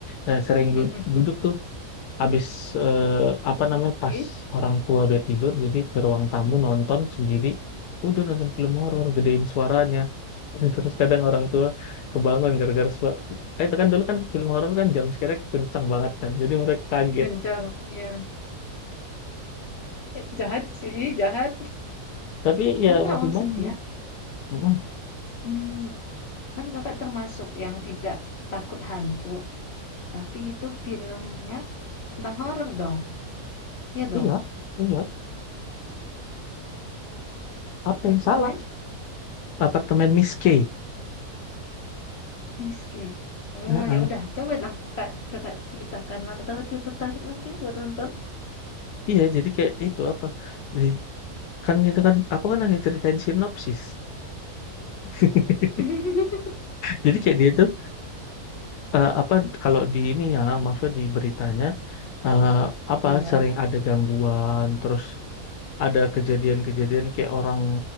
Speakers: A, on the left (about 80°); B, on the left (about 65°).
A: eh, sering
B: Mm-mm.
A: du- duduk tuh Habis eh, apa
B: Oke,
A: namanya pas orang tua udah tidur jadi ke ruang tamu nonton sendiri udah nonton film horor gedein suaranya <laughs> terus kadang orang tua kebangun gara-gara suara eh itu kan dulu kan film horor kan jam scare kencang banget kan jadi mereka kaget
B: Kencang. Iya. Eh, Jahat sih, jahat.
A: tapi ya
B: Enggak
A: mau gimana
B: maksudnya.
A: Mm-mm.
B: Hmm, kan kakak termasuk yang tidak takut hantu. Tapi itu filmnya tentang horor dong. Iya dong.
A: iya iya apa
B: Apartemen
A: yang salah apartemen Miss K
B: Miski. Oh
A: Heeh.
B: ya udah, coba lah kakak, kakak ceritakan mana tahu dia tertarik nanti buat nonton.
A: iya jadi kayak itu apa Di- kan itu kan aku kan lagi ceritain sinopsis <laughs>
B: <laughs>
A: jadi kayak dia tuh eh, apa kalau di ini ya maksudnya di beritanya eh, apa
B: Iya.
A: sering ada gangguan terus ada kejadian-kejadian kayak orang